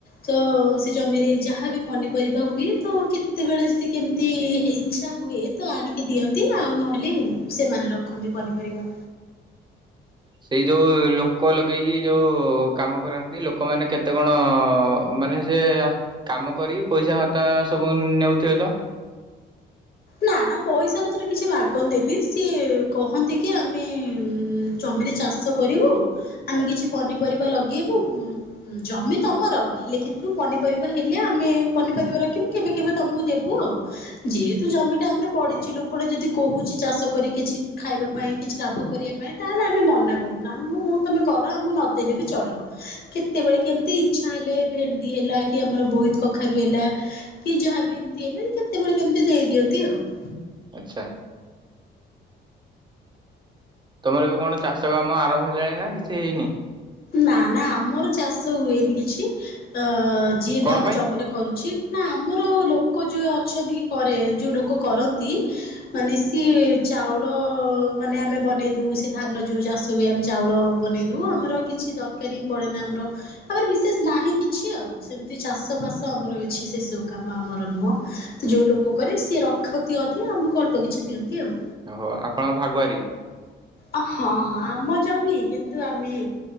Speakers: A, on the left (about 50°); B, on the right (about 20°).
A: ତ ସେ ଜମିରେ ଯାହାବିି ପନିପରିବା ହୁଏ ତ କେତେବେଳେ ଯଦି କେମିତି ହେଇଚ୍ଛା ହୁଏ ତ ଆଣିକି ଦିଅନ୍ତି ଆଉ ନହେଲେ ସେମାନେ ରଖନ୍ତି ପନିପରିବା।
B: ସେଇ ଯୋଉ ଲୋକ ଲଗେଇକି ଯୋଉ କାମ କରାନ୍ତି ଲୋକମାନେ କେତେ କଣ ମାନେ ସେ କାମ କରିକି ପଇସା ଭାତା ସବୁ ନେଉଥିବେ ତ?
A: ନା ନା ପଇସା ପତ୍ର କିଛି ମାଗନ୍ତିନି ସିଏ କହନ୍ତି କି ଆମେ ଉଁ ଜମିରେ ଚାଷ କରିବୁ, ଆମେ କିଛି ପନିପରିବା ଲଗେଇବୁ। ଜମି ତମର ହେଲେ କିନ୍ତୁ ପନିପରିବା ହେଲେ ଆମେ ପନିପରିବା ରଖିବୁ କେବେ କେବେ ତମକୁ ଦେବୁ ଆଉ। ଯେହେତୁ ଜମିଟା ଆମର ପଡିଚି
B: ଓ
A: ଲୋକଟେ ଯଦି କହୁଛି ଚାଷ କରି କିଛି ଖାଇବା ପାଇଁ କିଛି ଲାଭ କରିବା ପାଇଁ ତାହେଲେ ଆମେ ମନା କରୁନା, ମୁ ମୁ ତମେ କର ଆମକୁ ନଦେଲେ ବି ଚଳିବ। କେତେବେଳେ କେମିତି ଇଚ୍ଛା ହେଲେ ଭେଣ୍ଡି ହେଲା କି ଆମର ବୋଇତ୍ କଖାରୁ ହେଲା କି ଯାହାବି ଏମିତି ହେଲେ କେତେବେଳେ କେମିତି ଦେଇ ଦିଅନ୍ତି ଆଉ।
B: ଆଚ୍ଛା। ତମର ଏବେ କଣ ଚାଷ କାମ ଆରମ୍ଭ ହେଲାଣି ନା କିଛି ହେଇନି?
A: ନା ନା ଆମର ଚାଷ ହୁଏନି କିଛି, ଅ ଯିଏ
B: କଣ
A: ବି ଆମ
B: ପାଇଁ?
A: ଜମିରେ କରୁଛି, ନାଁ ଆମର ଲୋକ ଯୋଉ ଅଛନ୍ତି କି କରେ ଯୋଉ ଲୋକ କରନ୍ତି। ମାନେ ସିଏ ଚାଉଳ ମାନେ ଆମେ ବନେଇ ଦଉ ସେ ଧାନ ଯୋଉ ଚାଷ ଷ ହୁଏ ଆମେ ଚାଉଳ ବନେଇ ଦଉ ଆମର କିଛି ଦରକାର ହିଁ ପଡ଼େନା ଆମର ଆମର ବିଶେଷ୍ ନାହିଁ କିଛି ଆଉ। ସେମିତି ଚାଷ ଫାଷ ଆମର କିଛି ସେ ସବୁ କାମ ଆମର ନୁହଁ, ତ ଯୋଉ ଲୋକ କରେ ସିଏ ର ଖନ୍ତି ଅଧେ ଆମକୁ ଅଳ୍ପ କିଛି ଦିଅନ୍ତି ଆଉ।
B: ଓହୋ ଆପଣଙ୍କ ଭାଗୁଆରୀ।
A: ଅ, ହଁ, ହଁ, ଆମ ଜମି କିନ୍ତୁ ଆମେ